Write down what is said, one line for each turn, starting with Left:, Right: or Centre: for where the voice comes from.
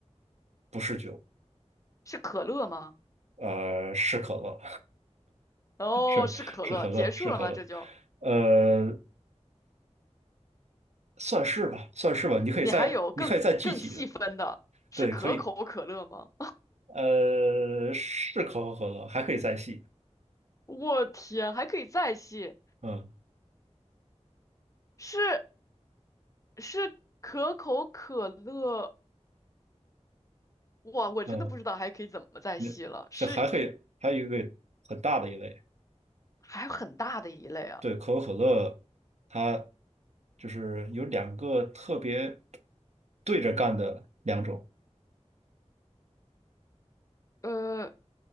Right: 不是酒，
Left: 是可乐吗？
Right: 呃是可乐，
Left: 哦，
Right: <laughs> 是是可乐，
Left: 是可乐。结束了吗？
Right: 是可乐。
Left: 这就
Right: 呃，算是吧，算是吧。你可以再，
Left: 你还有更更细分的，
Right: 你可以再记几的，
Left: 是可口可乐吗？
Right: 对，可以。呃，是可口可乐，还可以再细。
Left: 我天，还可以再细，
Right: 嗯
Left: 是是可口可乐，哇，我真的不知道还可以怎么再细了，
Right: 嗯，那这还可以，
Left: 是
Right: 还有一个很大的一类，
Left: 还有很大的一类啊，
Right: 对，可口可乐，它就是有两个特别对着干的两种。
Left: 呃，